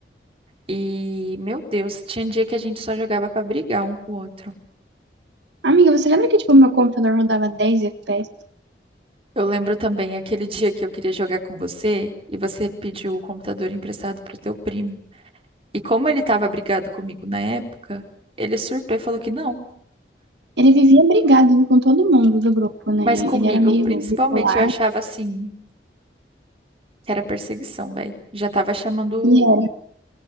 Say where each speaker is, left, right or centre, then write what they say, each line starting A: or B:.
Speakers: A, on the right; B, on the right.
A: E, meu Deus, tinha dia que a gente só jogava pra brigar um com o outro.
B: Amiga, você lembra que tipo, meu computador rodava 10 FPS?
A: Eu lembro também aquele dia que eu queria jogar com você e você pediu o computador emprestado pro teu primo. E como ele tava brigado comigo na época, ele surtou e falou que não.
B: Ele vivia brigado com todo mundo do grupo, né?
A: Mas comigo,
B: Ele era meio
A: principalmente,
B: bipolar
A: eu achava assim. Era perseguição, velho. Já tava chamando,
B: e era